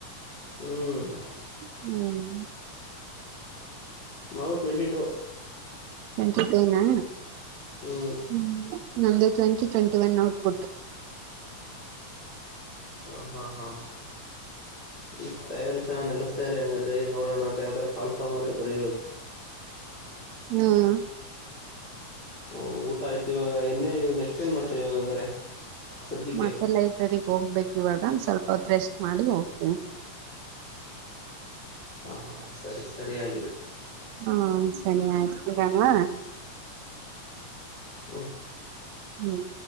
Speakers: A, on the left; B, on the right.
A: ಹ್ಮ್.
B: ಹ್ಮ್.
A: ನಾವು ಟ್ವೆಂಟಿ ಟು
B: ಟ್ವೆಂಟಿ ಟು ನಾ
A: ಹ್ಮ್.
B: ಹ್ಮ್ ನಮ್ದು twenty twenty one output
A: ಹ ಹಾ ಹಾ ಈಗ್ ತಯಾರಿ ಚೆನ್ನಾಗಿ ನಡೆಸ್ತಾ ಇರಿ ಹಂಗಾದ್ರೆ ನೋಡೋಣ ಯಾವ್ದಾರ ಕಾಲ್ ಫಾರ್ಮ್ ಆದ್ರೆ ಬರಿರಿ
B: ಹ್ಮ್. <unintelligible>
A: ಹ ಊಟ ಆಯ್ತು ಇವಾಗ ಇನ್ನೆ ನೆಕ್ಸ್ಟ್ ಏನ್ ಮಾಡ್ತರಿ ಇವಾಗ ಹಂಗಾರೆ ಸದ್ಯಕ್ಕೆ
B: ಮತ್ತೆ ಲೈಬ್ರರಿಗ್ ಹೋಗ್ಬೇಕ್ ಇವಾಗ ಸ್ವಲ್ಪ ಹೊತ್ ರೆಸ್ಟ್ ಮಾಡಿ ಹೋಗ್ತೀನಿ.
A: ಹಾ ಸರಿ ಸರಿಯಾಗಿದೆ
B: ಹ್ಮಾ ಸರಿ ಆಯ್ತು ಇಡಣ್ವಾ.
A: ಹ್ಮು.
B: ಹ್ಮ್.